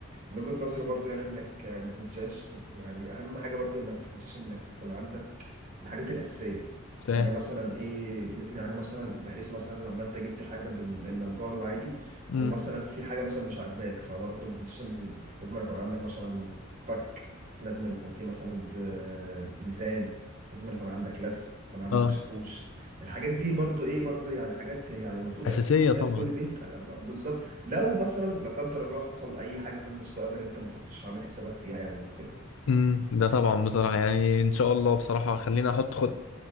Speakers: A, on the right (about 40°); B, on the left (about 75°).
A: من وجهة نظري برضه يعني إنك ما تنساش يعني أهم حاجة برضه إنك ما تنساش إنك تكون عندك الحاجات الأساسية
B: فاهم
A: يعني مثلا إيه يعني مثلا بحيث مثلا لما أنت جبت الحاجة من النجار وعادي
B: امم
A: ومثلا في حاجة مثلا مش عاجباك فبرضه ما تنساش إن لازم يكون عندك مثلا فك لازم يكون في مثلا ب- ميزان لازم يكون عندك لزق يكون عندك
B: اه
A: شاكوش الحاجات دي برضو ايه برضو يعني حاجات يعني المفروض
B: اساسيه
A: اساسيه
B: طبعا
A: في كل بيت أنا ب- بالظبط لو مثلا لا قدر الله حصل اي حاجه في المستقبل انت ما كنتش عامل حسابك فيها يعني وكده
B: امم ده طبعا بصراحه يعني ان شاء الله بصراحه خليني احط خد